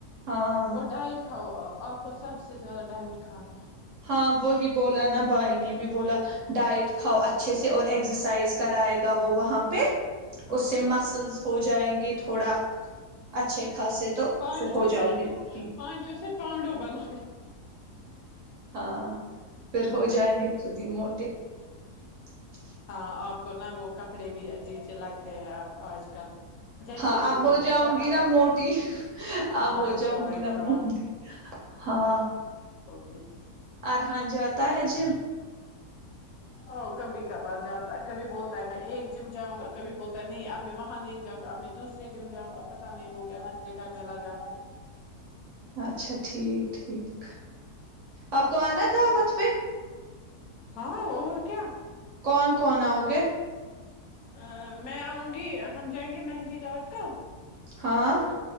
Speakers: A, on the right (about 60°); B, on the left (about 70°).
A: ہاں
B: اور ڈائٹ کاؤ آ آپ کو سب سے زیادہ ڈائٹ کھانا ہے
A: ہاں وہی بولا نا بھائی نے بھی بولا ڈائٹ کھاؤ اچھے سے اور ایکسرسائز کرائے گا وہ وہاں پہ اس
B: اچھا
A: سے مسلز ہو جائیں گے تھوڑا اچھے خاصے تو
B: پانچوں
A: پھر ہو جاؤ
B: سے
A: گی خٹی
B: پانچوں سے پانڈو بنو
A: ہاں پھر ہو جائیں
B: اچھا
A: گے سدی موٹے تو
B: ہاں آپ کو نا وہ کپڑے بھی عجیب سے لگتے ہیں آپ آج کل جچتے
A: ہاں اب
B: بھی نہیں
A: ہو جاؤں
B: ہے زیادہ
A: گی نا
B: پتلی
A: موٹی
B: ہاں
A: اب ہو
B: انشاء
A: جاؤں
B: اللہ
A: گی
B: انشاء
A: نا موٹی
B: اللہ
A: ہاں
B: جی
A: ار ہان جاتتا ہے جی
B: او کمبی کبار جاتا ہے کبھی بولتا ہے میں ایک جم جاؤں گا کبھی بولتا ہے نہیں اب میں وہاں نہیں جاؤں گا اب میں دوسرے جم جاؤں گا پتا نہیں وہ کیا نخلے کرنے لگا ہے
A: اچھا اچھا ٹھیک ٹھیک آپ کو آنا دعوت پہ
B: ہاں اور کیا
A: کون کون آؤ گے
B: ا میں آؤں گی ہم جائیں گے مہندی رات کا
A: ہاں
B: ا تو